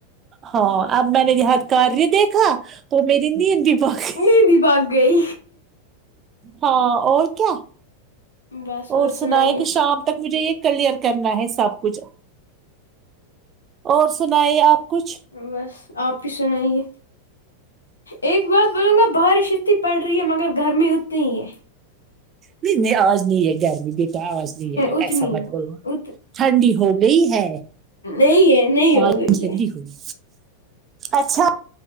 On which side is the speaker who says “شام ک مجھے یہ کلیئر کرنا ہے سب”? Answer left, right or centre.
Right